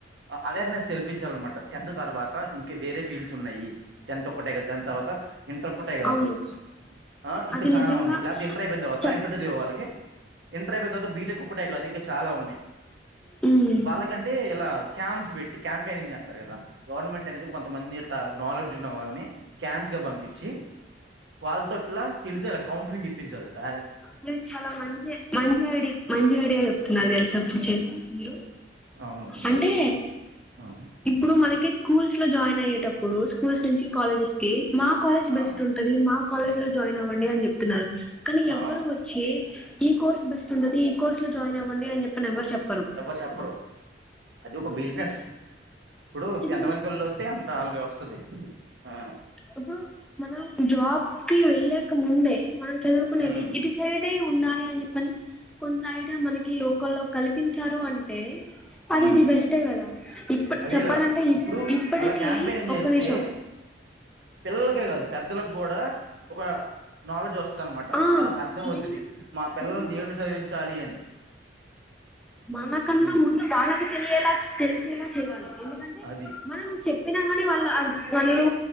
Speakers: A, on the right; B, in the centre.
A: అవేర్నెస్ తెల్పించాలన్నమాట టెన్త్ తర్వాత ఇంకా వేరే ఫీల్డ్స్ ఉన్నాయి టెన్త్ ఒక్కటే గ దాని తర్వాత ఇంటర్క్కటే కాదు
B: అవును
A: ఆ ఇంకా
B: అది
A: చనా
B: నిజంగా
A: ఉన్నాయి లేకపోతే ఇంటర్ అయిపోయిన తరువాత
B: చెప్
A: ఇంటర్ చదివే వాళ్ళకి ఇంటర్ అయిపోయిన తర్వాత బీటెక్ ఒక్కటే కాదు ఇంకా చాలా ఉన్నాయ్
B: మ్
A: వాళ్ళకంటే ఇలా క్యాంప్స్ పెట్టి క్యాంపెయినింగ్ చేస్తారు కదా గవర్నమెంట్ అనేది కొంతమందిని ఇట్లా నాలెడ్జ్ ఉన్న వాళ్ళని క్యాన్స్ గా పంపించి వాళ్ళతోట్ల తెలిసేల కౌన్సిలింగ్ ఇప్పించాలి పె
B: మీరు చాలా మంచిగా మంచి మంచి ఐడియా చెప్తున్నారు తెలిసా పూచ్ మీరు
A: అవును. హ్మ్.
B: అంటే
A: ఆ
B: ఇప్పుడు మనకే స్కూల్స్ లో జాయిన్ అయ్యేటప్పుడు స్కూల్స్ నుంచి కాలేజెస్ కి మా కాలేజ్
A: ఆ
B: బెస్ట్ ఉంటది మా కాలేజ్ లో జాయిన్ అవ్వండి అని చెప్తున్నారు కానీ ఎవ్వరు
A: ఆ
B: వచ్చి ఈ కోర్స్ బెస్ట్ ఉంటది ఈ కోర్స్ లో జాయిన్ అవ్వండి అని చెిప్పని ఎవర్ చెప్
A: ఎవరు చెప్పరు అది ఒక బిజినెస్
B: ఇది
A: ఇప్పుడు
B: ఇది
A: ఎంతమంది పిల్లలు వస్తే అంత అలాగే వస్తది ఆ
B: అప్పుడు మన జాబ్ కి వెళ్ళక ముందే మనం చదువుకునేది
A: ఉమ్
B: ఇటు సైడే ఉండాలి అని చెప్పని కొంత ఐడియా మనకి ఒకలు కల్పించారు అంటే అదే
A: ఉమ్
B: నీ బెస్టే కదా ఇప్
A: అదే
B: చెప్పాలంటే
A: కదా ఇప్పుడు
B: ఇప్పటికిీ
A: అలా క్యాంపెయినింగ్
B: ఒక్క
A: చేస్తే
B: నిమీషం
A: పిల్లలకే కాదు పెద్దలకు కూడా ఒక నాలెడ్జ్ వస్ స్తదన్నమాట
B: ఆ
A: వాళ్ళకి అర్థం అవుతది
B: మెయిన్
A: మా పిల్లలని
B: మెయిన్
A: దేంట్లో చదివించాలి అని
B: మనకన్నా
A: ఉమ్
B: ముందు వాళ్ళకి తెలియేలా తెలిసేలా చేయాలి ఎందుకంటే
A: అది
B: మనం చె ప్పినగాని వాళ్ళు వాళ్ళు